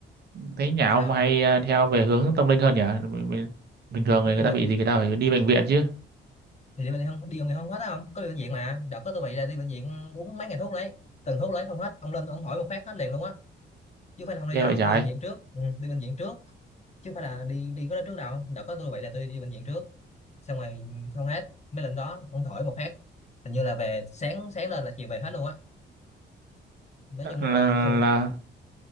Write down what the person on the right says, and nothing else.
thấy nhà
ông hay
ờ, theo về hướng tâm linh hơn nhỉ Bình bình-
thường người
ta
bị gì người ta phải đi bệnh viện chứ
nghe
vậy trái
là,
là